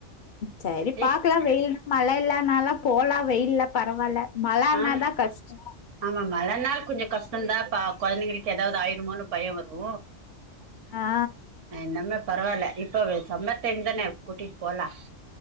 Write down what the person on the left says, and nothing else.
செரி
பாக்கலா வெயில் மழ இல்லனால போலா வெயில்ல பரவால்ல மழனாதா
கஷ்டோ
ஆ